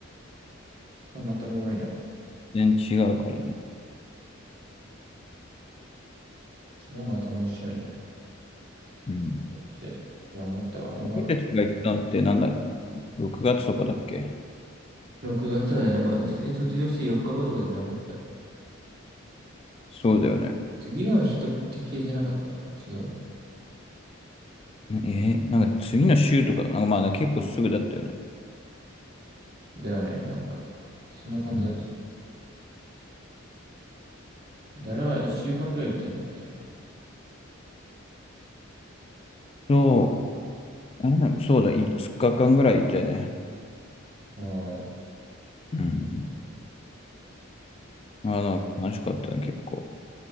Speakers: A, on the right (about 50°); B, on the left (about 30°).
A: それはまたおもろいな。
B: 全然違うからね。
A: それはまた面白いね。
B: うん。
A: そしていや、思ったわ。俺も、
B: 僕たちが行ったのってなんだ、6月とかだっけ
A: 6月まで、まあ、普通に卒業して4日後とかじゃなかった。
B: そうだよね。
A: 次の日とって系じゃなかった違う。
B: なえーなんか次の週とか、なんかまあね結構すぐだったよね。
A: だよね、なんか、そんな感じだったと。
B: うん。
A: だら一週間くらい行ったんだっけ
B: そう、あれだよねそうだ、5日間ぐらいいてね。
A: うん、
B: うん。まあ、な楽しかったね、結構。